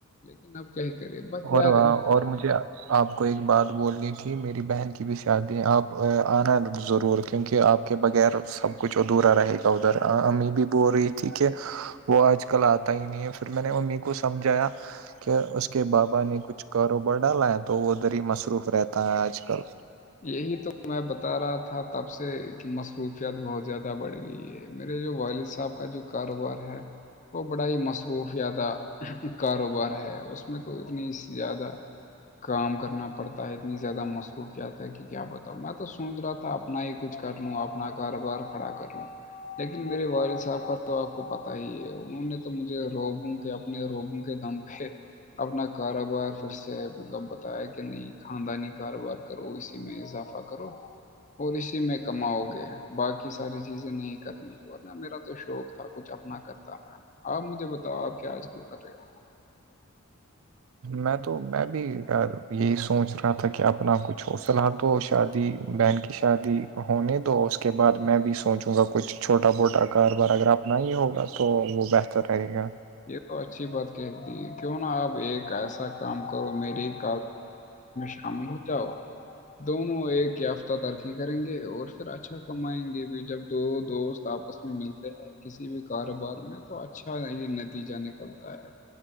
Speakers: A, on the left; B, on the right.
A: لیکن اب کیا ہی کرے بس
B: اور
A: یار
B: اور مجھے آپ کو ایک بات بولنی تھی میری بہن کی بھی شادی آپ آنا ضرور کیونکہ آپ کے بغیر سب کچھ ادھورا رہے گا ادھر امی بھی بول رہی تھی کہ وہ آج کل آتا ہی نہیں ہے پھر میں نے امی کو سمجھایا کہ اس اس کے بابا نے کچھ کاروبار ڈالا ہے تو وہ ادھر ہی مصروف رہتا ہے آج کل
A: یہی تو میں بتا رہا تھا تب سے کہ مصروفیات بہت زیادہ بڑھ گئی ہے میرے جو والد صاحب کا جو کاروبار ہے وہ بڑا ہی مصروفیادہ کاروبار ہے اس میں تو اتنی زیادہ کام کرنا پڑتا ہے اتنی زیادہ مصروف کیا تھا کہ کیا بتاؤ میں تو سوچ رہا تھا اپنا ہی کچھ کر لوں اپنا کاروبار کھڑا کر لوں لیکن میرے والد صاحب کا تو آپ کو پتا ہی ہے انہوں نے تو مجھے روبوں کہ اپنے روگوں کے دم پہ اپنا کاروبار پھر سے مطلب بتایا کہ نہیں خاندانی کاروبار کرو اسی میں اضافہ کرو اور اسی میں کماؤ گے باقی ساری چیزیں نہیں کرنی ہے ورنہ میرا تو شوق تھا کچھ اپنا کرتا میں آپ مجھے بتاؤ آپ کیا آج کل کر رہے ہو
B: میں تو میں بھی یہی سوچ رہا تھا کہ اپنا کچھ ہو فی الحال تو شادی بہن کی شادی ہونے تو اس کے بعد میں بھی سوچوں گا کچھ چھوٹا موٹا کاروبار اگر اپنا ہی ہوگا تو وہ بہتر رہے گا
A: یہ تو اچھی بات کہتی ہے کیوں نا آپ ایک ایسا کام کرو میریب شامل ہوتا ہو دونوں ایک یافتہ ترقی کریں گے اور پھر اچھا کمائیں گے بھی جب دو دوست آپس میں ملتے ہیں کسی بھی کاروبار میں تو اچھا یہ نتیجہ نکلتا ہے